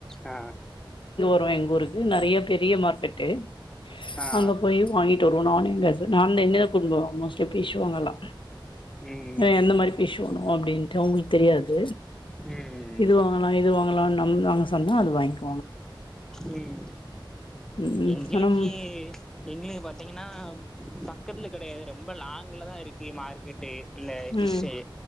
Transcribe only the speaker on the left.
ப்றோ எங்க ஊருக்கு நெறையா பெரிய மார்க்கெட்டு
அங்க போய் வாங்கி ட்டு வருவோ நானு எங்க ஹஸ் நான் என்னைய தா கூப்டுபோவங்க மோஸ்ட்லி பீஸ் வாங்கலா
ஆஹ் எந்த மாரி பீஸ் வாங்கனும்ன்ட்டு அவுங்களுக்கு தெரியாது
இது வாங்கலா இது வாங்கலாம்னு நம் நாங்க சொன்னா அது வாங்கிக்
ம்
ஆனா ம்
ம்